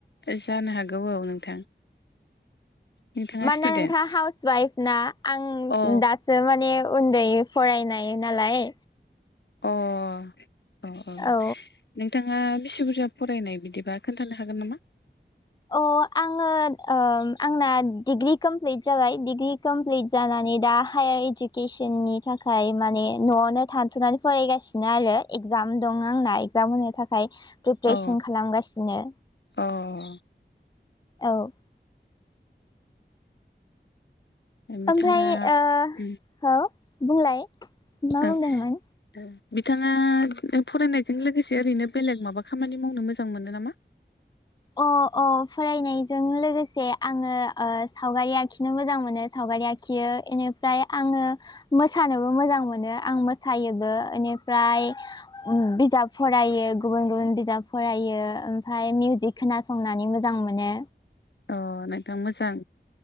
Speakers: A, on the left (about 70°); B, on the left (about 20°).
A: जानो हागौ औ नोंथां। नोंथाङा
B: मानोना
A: स्टुडेन्ट
B: नोंथाङा हाउस वाइफ ना आं
A: औ
B: दा सो माने उन्दै फरायनाय नालाय
A: अ' अ' अ'।
B: औ
A: नोंथाङा बिसि बुरजा फरायनाय बिदिबा खोन्थानो हागोन नामा?
B: अ' आङो ओ आंना डिग्रि कमप्लिट जाबाय डिग्रि कमप्लिट जानानै दा हायार इडुकेसननि थाखाय माने न'आवनो थानथ'नानै फरायगासिनो आरो। इगजाम दं आंना एगजाम होनो थाखाय प्रिपेरेसन
A: अ
B: खालामगासिनो
A: अ'।
B: औ।
A: बिथाङा
B: ओमफ्राय ओ
A: ओं
B: हो बुंलाय मा
A: औ।
B: बुंदोंमोन
A: बिथाङा फरायनायजों लोगोसे ओरैनो बेलेग माबा खामानि मावनो मोजां मोनो नामा।
B: अ' अ' फरायनायजों लोगोसे आङो सावगारि आखिनो मोजां मोनो। सावगारि आखियो ए ओमफ्राय आङो मोसानोबो मोजां मोनो आं मोसायोबो बेनिफ्राय उम बिजाब फरायो गुबुन गुबुन बिजाब फरायो ओमफ्राय मिउजिक खोनासंनानै मोजां मोनो।
A: अ' नोंथां मोजां